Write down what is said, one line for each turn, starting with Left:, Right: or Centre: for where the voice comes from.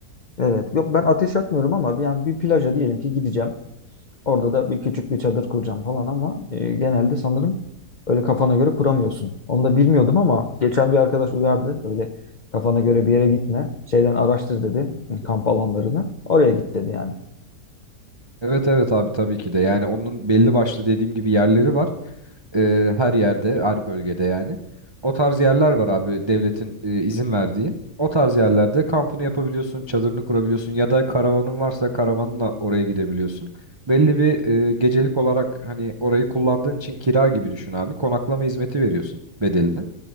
Left: Evet. Yok ben ateş yakmıyorum ama bir- yani bir plaja diyelim ki gideceğim. Orada da bir küçük bir çadır kuracağım falan ama e, genelde sanırım öyle kafana göre kuramıyorsun. Onu da bilmiyordum ama geçen bir arkadaş uyardı. Böyle kafana göre bir yere gitme. Şeyden araştır dedi kamp alanlarını. Oraya git dedi yani.
Right: Evet evet abi tabii ki de yani onun belli başlı dediğim gibi yerleri var Ee, her yerde her bölgede yani o tarz yerler var abi devletin e, izin verdiği o tarz yerlerde kampını yapabiliyorsun çadırını kurabiliyorsun ya da karavanın varsa karavanla oraya gidebiliyorsun belli bir e, gecelik olarak hani orayı kullandığın için kira gibi düşün abi konaklama hizmeti veriyorsun bedelini.